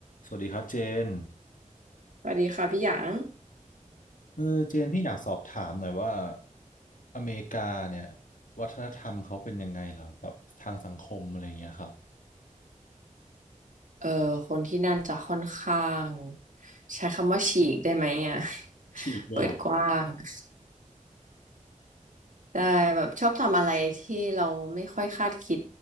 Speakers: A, on the left; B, on the right.
A: สวัสดีครับเจน
B: สวัสดีค่ะพี่หยาง
A: เออเจนพี่อยากสอบถามหน่อยว่าอเมริกาเนี่ยวัฒนธรรมเขาเป็นยังไงเหรอแบบทางสังคมอะไรอย่างเงี้ยครับ
B: เออคนที่นั่นจะค่อนข้างใช้คำว่าฉีกได้ไหมอ่ะ
A: ฉีกเลยเหรอ
B: <laughs> เปิดกว้าง <laughs> ได้แบบชอบทำอะไรที่เราไม่ค่อยคาดคิด